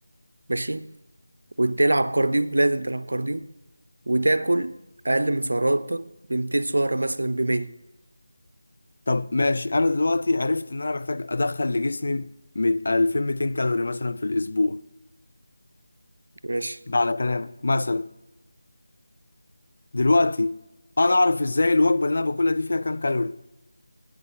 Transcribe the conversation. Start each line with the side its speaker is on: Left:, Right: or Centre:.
Right: ماشي وتلعب كارديو لازم تلعب كارديو وتاكل اقل من سعراتك ب 200 سعره مثلا ب 100
Left: طب ماشي انا دلوقتي عرفت ان انا محتاج ادخل لجسمي مت- 2200 كالوري مثلا في الاسبوع
Right: ماشي
Left: ده على كلامك مثلا دلوقتي انا اعرف ازاي الوجبه اللي انا باكلها دي فيها كام كالوري